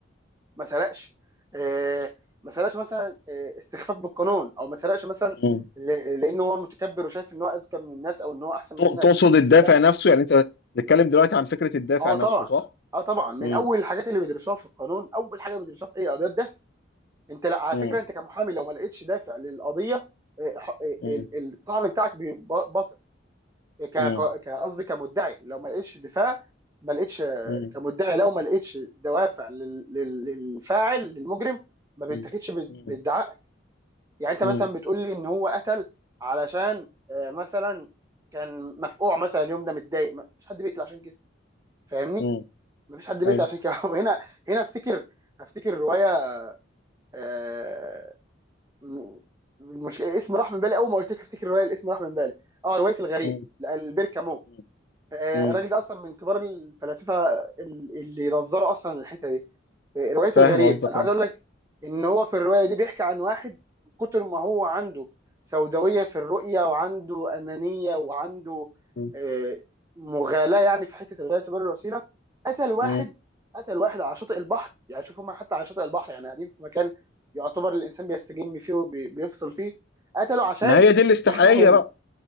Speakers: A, on the right; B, on the left.
A: ما سرقش آه، ما سرقش مثلا آه، استخفاف بالقانون او ما سرقش مثلا
B: مم.
A: ل- لانه هو متكبر وشايف ان هو اذكى من الناس او ان هو احسن من
B: ت-
A: الناس
B: تقصد الدافع
A: لا
B: نفسه يعني انت بتتكلم دلوقتي عن فكرة الدافع
A: اه
B: نفسه
A: طبعا
B: صح؟
A: اه طبعا من
B: مم.
A: اول الحاجات اللي بيدرسوها في القانون اول حاجه بيدرسوها في ايه قضيه دافع انت لا على
B: مم.
A: فكره انت كمحامي لو ما لقيتش دافع للقضيه آه، ح- آه،
B: مم.
A: ال- الطعن بتاعك بيبقى باطل ك-
B: مم.
A: ك- ك- قصدي كمدعي لو ما لقيتش دفاع ما لقيتش آه،
B: مم.
A: كمدعي لو ما لقيتش دوافع لل- لل- للفاعل للمجرم ما بيتاخدش
B: مم.
A: بال-
B: مم.
A: بادعاء يعني انت
B: مم.
A: مثلا بتقول لي ان هو قتل علشان آه، مثلا كان مفقوع مثلا اليوم ده متضايق ما فيش حد بيقتل عشان كده فاهمني
B: مم.
A: ما فيش حد بيقتل
B: ايوه
A: عشان كده <laughs> هنا هنا افتكر افتكر روايه آه، م- المشكله الاسم راح من بالي اول ما قلت لك افتكر روايه الاسم راح من بالي اه روايه الغريب
B: مم.
A: لالبير كامو
B: مم.
A: آه،
B: مم.
A: الراجل ده اصلا من كبار الفلاسفه ال- اللي نظروا اصلا الحته دي إيه، روايه
B: فاهم
A: الغريب
B: قصدك
A: انا عايز
B: اه
A: اقول لك ان هو في الروايه دي بيحكي عن واحد من كتر ما هو عنده سوداويه في الرؤيه وعنده انانيه وعنده
B: مم.
A: آه، مغالاه يعني في حته الغايه تبرر الوسيله قتل واحد
B: مم.
A: قتل واحد على شاطئ البحر يعني شوف هم حتى على شاطئ البحر يعني قاعدين في مكان يعتبر الانسان بيستجم فيه وبيفصل فيه قتله عشان
B: ما هي دي الاستحقاقية
A: مخنوق منه
B: بقى